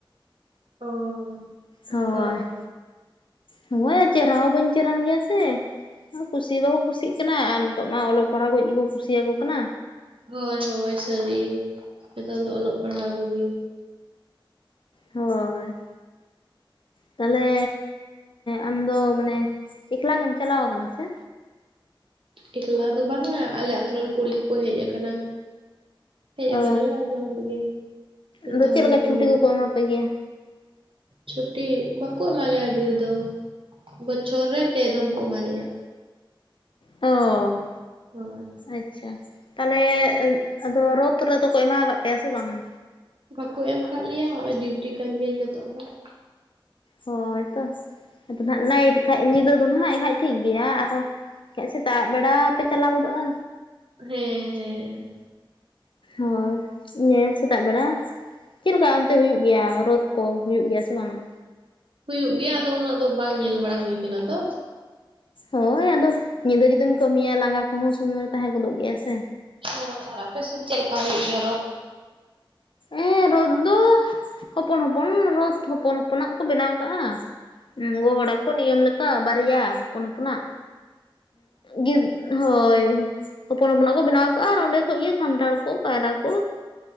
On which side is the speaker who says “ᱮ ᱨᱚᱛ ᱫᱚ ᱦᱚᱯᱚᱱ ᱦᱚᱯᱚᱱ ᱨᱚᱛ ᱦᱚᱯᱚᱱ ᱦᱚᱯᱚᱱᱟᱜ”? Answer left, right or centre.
Left